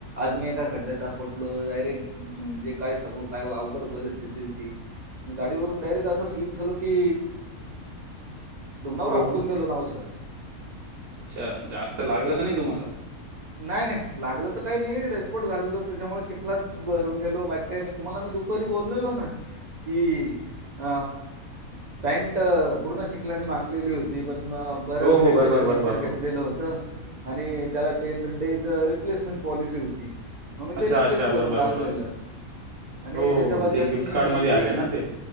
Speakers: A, on the right; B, on the right.
A: आज मी एका खड्ड्यात पटलो डायरेक्ट म्हणजे काय सांगू काय अवघड परिस्थिती होती. गाडीवरून डायरेक्ट असं स्लप झालो की डोंगावर
B: हो
A: आपटोून
B: हो
A: गेलं नाव सर
B: अच्छा जास्त लागलं तर नाही तुम्हाला?
A: नाही नाही लागलं तर काही नाही रेनकोट झालेलं त्याच्यामुळे चिखलात भरून गेलो बाकी काय मी तुम्हाला मी दुपारी बोललेलो ना कि अ पॅनट पूर्ण चिखलानी माखलेली होती पण बरं
B: हो
A: मी
B: हो
A: लेटेस्ट
B: बरोबर
A: रेनकोट
B: बरोबर हो
A: घेतलेलं होतं. आणि त्याला टेन डेज रिप्लेसमेंट पॉलिसी होती. मग मी ते
B: अच्छा
A: रिप्लेस
B: अच्छा बरोबर
A: करून टाकलेलं.
B: बरोबर हो
A: आणि
B: हो,
A: त्याच्या बदल्यात
B: ते गिफ्ट
A: म
B: कार्ड मध्ये आले
A: ती
B: ना ते